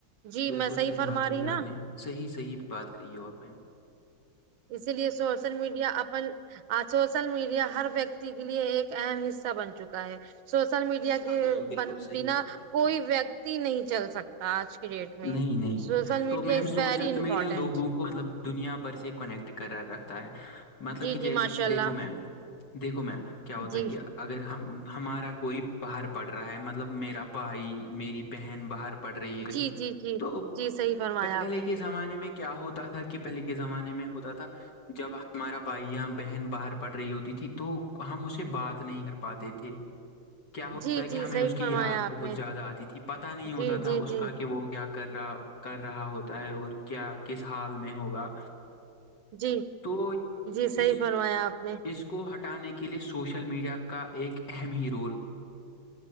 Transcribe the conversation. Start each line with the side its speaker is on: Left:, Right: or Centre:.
Right: جی
Left: بالکل
Right: میں
Left: صحیح
Right: فرما
Left: بات کہی
Right: رہی نا
Left: ہے آپ نے صحیح صحیح بات کہی ہو آپ نے
Right: اسی لیے سوشل میڈیا اپن آ سوشل میڈیا ہر ویکتی کے لیے ایک اہم حصہ بن چکا ہے سوشل میڈیا کے
Left: ہاں میم بالکل صحیح
Right: بنا
Left: بات کہی
Right: کوئی
Left: آپ نے۔
Right: ویکتی نہیں چل سکتا آج کی ڈیٹ میں
Left: نہیں نہیں
Right: سوشل media
Left: تو ma'am
Right: is
Left: social
Right: very important
Left: media لوگوں کو مطلب دنیا بھر سے کنیکٹ کر رکھتا ہے مطلب
Right: جی
Left: کہ
Right: جی
Left: جیسے
Right: ماشاء
Left: کہ
Right: اللہ
Left: دیکھو میم دیکھو میم کیا ہوتا
Right: جی
Left: ہے کہ اگر ہم ہمارا کوئی باہر پڑھ رہا ہے مطلب میرا بھائی میری بہن باہر پڑ رہی ہے کہیں
Right: جی جی جی
Left: تو
Right: جی صحیح فرمایا
Left: پہلے
Right: آپ نے
Left: کے زمانے میں کیا ہوتا تھا کہ پہلے کے زمانے میں ہوتا تھا جب ہمارا بھائیاں بہن باہر پڑ رہی ہوتی تھی تو ہم اسے بات نہیں کر پاتے تھے
Right: <unintelligible>
Left: کیا ہوتا
Right: جی
Left: ہے
Right: جی
Left: کہ ہمیں
Right: صحیح
Left: اس کی
Right: فرمایا
Left: یاد
Right: آپ
Left: بہت
Right: نے
Left: زیادہ آتی تھی پتہ نہیں ہوتا
Right: جی جی
Left: تھا اس
Right: جی
Left: کا کہ وہ کیا کر رہا کر رہا ہوتا ہے اور کیا کس حال میں ہوگا
Right: جی
Left: تو
Right: جی صحیح
Left: اس
Right: بنوایا آپ نے
Left: اس کو ہٹانے کے لیے سوشل میڈیا کا ایک اہم ہی رول